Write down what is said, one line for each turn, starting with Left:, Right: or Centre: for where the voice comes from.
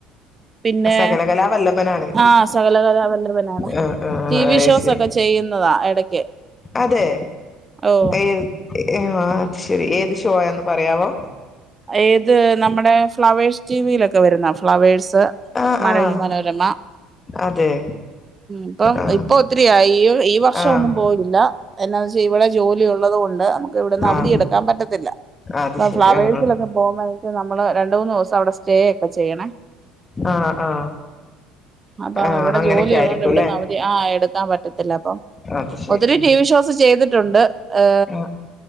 Right: പിന്നെ
Left: സകല കലാ വ ഭനാണ്.
Right: ആ സകലകലാവല്ലഭനാണ്
Left: അ ആഹ്
Right: ടി വി
Left: അയ്ശെരി
Right: ഷോസ് ഒക്കെ ചെയ്യുന്നതാ എടക്ക്
Left: അതേ
Right: ഓ
Left: ഏത് <unintelligible> ശരി ഏത് ഷോയാന്ന് പറയാവോ
Right: ഏത് നമ്മടെ ഫ്ളവേഴ്സ് ടി വിയിലൊക്കെ വരുന്ന, ഫ്ളവേഴ്സ്
Left: ആഹ്
Right: മഴവിൽ
Left: ആഹ്
Right: മനോരമ
Left: അതെ
Right: ഇപ്പം
Left: ആഹ്
Right: ഇപ്പൊ ഒത്തിരി ആയി ഈ ഈ വർഷം
Left: ആഹ്
Right: ഒന്നും പോയില്ല. എന്നാ <unintelligible> ഇവിടെ ജോലി ഉള്ളത് കൊ ണ്ട് അമുക്ക് ഇവിടന്ന് അവധി
Left: ആഹ്
Right: എടുക്കാൻ പറ്റത്തില്ല
Left: അത്
Right: <unintelligible>
Left: ശരി
Right: ഫ്ലവേഴ്
Left: ആ ആ
Right: സേ പോവുമ്പ <unintelligible> നമ്മള് രണ്ട് മൂന്നൂസവടെ സ്റ്റേ ഒക്കെ ചെയ്യണേ
Left: ആ ആ
Right: അപ്പ
Left: ആ
Right: ഇവിടെ
Left: അങ്ങനെയൊക്കെ
Right: ജോലിയുള്ളോണ്ട്
Left: ആയിരിക്കുംല്ലേ
Right: ഇവിടുന്ന് അവധി ആ എടുക്കാൻ പ ത്തില്ല അപ്പം
Left: അത് ശരി
Right: ഒത്തിരി ടി വി ഷോസ് ചെയ്തിട്ടുണ്ട്. ഏ
Left: ആ